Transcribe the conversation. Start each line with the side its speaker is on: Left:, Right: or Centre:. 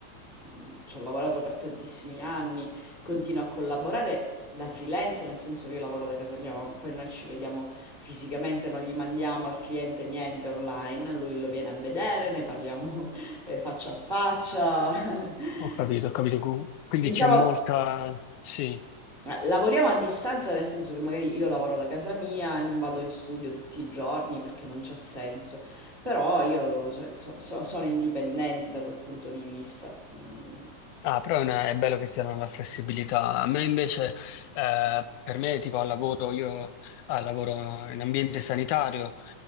Right: mh, ci ho lavorato per tantissimi anni, continuo a collaborare da freelance, nel senso che io lavoro da casa mia, ma poi noi ci vediamo fisicamente, non gli mandiamo al cliente niente online, lui lo viene a vedere, ne parliamo <laughs> eh, faccia a faccia. <laughs>
Left: ho capito, ho capito. Quindi
Right: Diciamo,
Left: c'è molta... Sì.
Right: eh, Lavoriamo a distanza, nel senso che magari io lavoro da casa mia e non vado in studio tutti i giorni perché non c'ha senso, però io cioè, so- so- sono indipendente da quel punto di vista. Mm.
Left: Ah, però è, una- è bello che ti danno la flessibilità. A me invece, eh, per me, tipo al lavoro, io eh, lavoro in ambiente sanitario